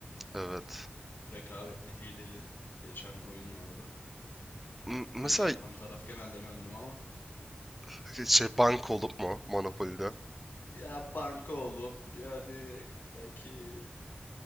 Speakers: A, in the centre; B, on the left (about 75°).
A: evet.
B: Rekabetli, hileli geçen oyunlarda.
A: M- mesela
B: Hile yapan taraf genelde bendim ama.
A: <laughs> şey bank olup mu Monopoly'de?
B: Ya banka olup yani belki